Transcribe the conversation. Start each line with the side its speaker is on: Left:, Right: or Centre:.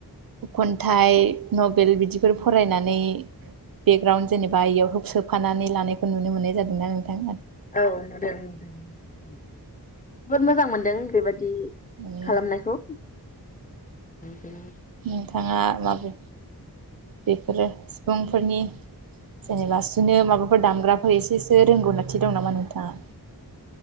Right: खन्थाइ नभेल बिदिफोर फरायनानै बेकग्राउन्ड जेनेबा इयाव होब सोफानानै लानायखौ नुनो मोननाय जादोंना नोंथां।
Left: औ नुदों जोबोद मोजां मोनदों बे बायदि
Right: औ
Left: खालामनायखौ बिनो
Right: नोंथांङा माबै बेफोरो सुबुंफोरनि जेनेबा सुनो माबाफोर दामग्राफोर एसेसो रोंगौनाथि दं नामा नोंथाङा?